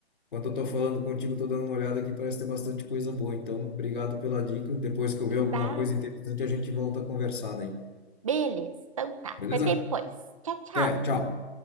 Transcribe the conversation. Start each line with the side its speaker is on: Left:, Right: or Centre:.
Left: enquanto eu tô falando contigo, eu tô dando uma olhada aqui, parece ter bastante coisa boa, então, obrigado pela dica, depois que eu ver alguma
Right: Tá?
Left: coisa interessante, a gente volta a conversar daí,
Right: Beleza, então tá.
Left: beleza?
Right: Até depois. Tchau, tchau.
Left: Até, tchau!